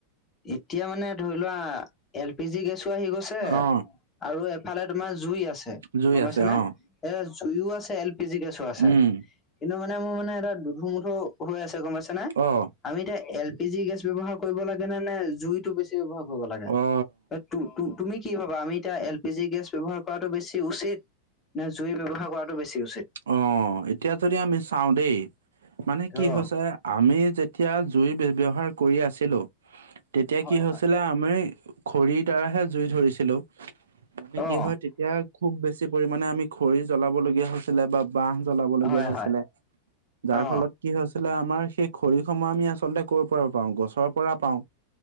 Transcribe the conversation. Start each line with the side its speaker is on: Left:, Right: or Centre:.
Left: এতিয়া মানে ধৰি লোৱা এল পি জি গেছো আহি গৈছে।
Right: অ
Left: আৰু এফালে তোমাৰ জুই আছে
Right: জুই
Left: গম পাইছে
Right: আছে
Left: নে?
Right: অ
Left: এ জুইও আছে, এল পি জি গেছ ছোঁ আছে
Right: উম
Left: কিন্তু মানে মোৰ মানে এটা দুধু - মুধু হৈ আছে গম পাইছে নে?
Right: অ
Left: আমি এতিয়া এল পি জি গেছ ব্যৱহাৰ কৰিব লাগে নে নে জুইটো বেছি ব্যৱহাৰ কৰিব লাগে?
Right: অ
Left: এ তু তু তুমি কি ভাবা আমি এতিয়া এল পি জি গেছ ব্যৱহাৰ কৰাটো বেছি উচিত নে জুই ব্যৱহাৰ কৰাটো বেছি উচিত?
Right: অ এতিয়া যদি আমি চাও দেই মানে কি
Left: অ
Right: হৈছে আমি যেতিয়া জুই ব্য ব্যৱহাৰ কৰি আছিলো তেতিয়া
Left: হয়
Right: কি হৈছিলে
Left: হয়
Right: আ মানে খৰিৰ দ্বাৰাহে জুই ধৰিছিলো মানে
Left: অ
Right: কি হয় তেতিয়া খুব বেছি পৰিমাণে আমি খৰি জ্বলাবলগীয়া হৈছিলে বা বাহ জ্বলাবলগীয়া
Left: হয়
Right: হৈছিলে
Left: হয়
Right: যাৰ
Left: অ
Right: ফলত কি হৈছিলে আমাৰ সেই খৰিসমূহ আমি আচলতে কৰ' পৰা পাওঁ, গছৰ পৰা পাও।